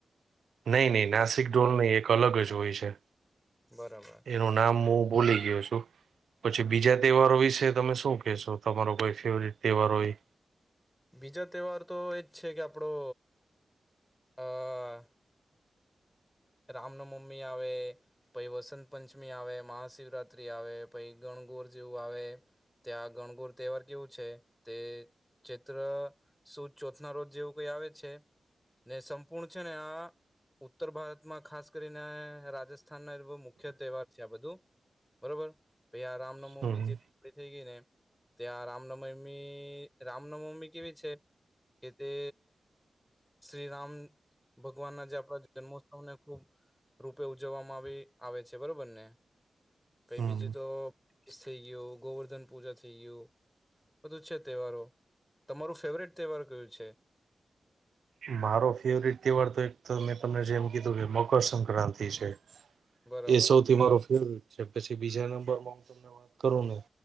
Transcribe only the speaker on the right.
નહી નહી નાસિક ઢોલ નહી એક અલગ જ હોય છે.
એનું નામ હું બોલી ગયો છું પછી બીજા તહેવારો વિશે તમે શું કેહેશો. તમારો કોઈ ફેવરેટ તહેવાર હોય.
હમ
હમ
મારો ફેવરિટ તહેવાર તો એક મેં તને જેમ કીધું કે મકરસક્રાંતિ છે.
એ સૌથી મારો ફેવરેટ છે પછી બીજા નંબરમાં હું તમને વાત કરું ને.